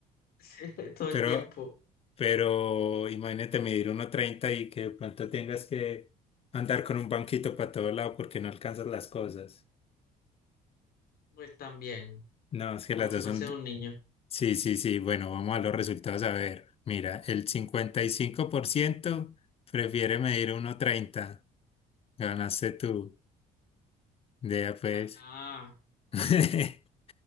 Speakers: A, on the left; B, on the left.
A: Sí, todo el
B: Pero,
A: tiempo,
B: pero imagínate medir uno treinta y que de pronto tengas que andar con un banquito para todo lado porque no alcanzas las cosas.
A: pues también,
B: No, es que
A: como
B: las
A: si
B: dos
A: fuese
B: son...
A: un niño.
B: Sí, sí, sí. Bueno, vamos a los resultados a ver. Mira, el 55% prefiere medir uno treinta Ganaste tú. Ya pues.
A: Ah,
B: <laughs>